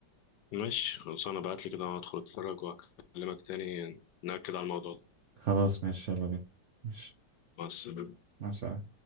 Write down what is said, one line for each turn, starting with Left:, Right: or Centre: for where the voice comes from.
Left: ماشي خلصانة بعتلي كده أنا هدخل أتفرج وأكلمك تاني نأكد على الموضوع ده
Right: خلاص ماشي يلا بينا ماشي
Left: مع السلامة
Right: مع السلامة